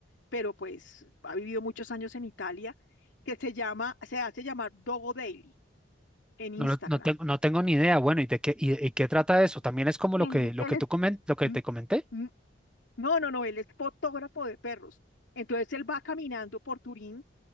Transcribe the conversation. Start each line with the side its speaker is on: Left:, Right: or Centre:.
Left: pero pues ha vivido muchos años en Italia, que se llama, se hace llamar Dogo Daily en Instagram.
Centre: No, lo- no, tengo, no tengo ni idea, bueno, ¿y de qué, y, y qué trata eso? También es como
Left: Él,
Centre: lo que, lo
Left: él
Centre: que
Left: es,
Centre: tú comen, lo que
Left: Mm,
Centre: te comenté.
Left: mm, No, no, no, él es fotógrafo de perros. Entonces él va caminando por Turín